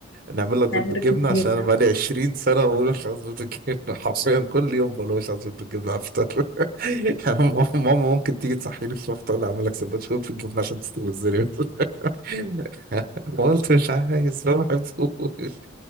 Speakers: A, on the right; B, on the left.
A: نعمل لك بيض
B: نعمل
A: بالجبنه
B: لك بيض بالجبنة
A: عشان انا بقالي 20 سنه بقول مش عايز بيض بالجبنه <laughs> حرفيا كل يوم بقول مش عايز بيض بالجبنه على الفطار <laughs> ماما ماما ممكن تيجي تصحيني في الفطار تقول لي اعمل لك سندوتش بيض بالجبنه عشان تستوي الزري <laughs> قلت مش عايز ما بحبوش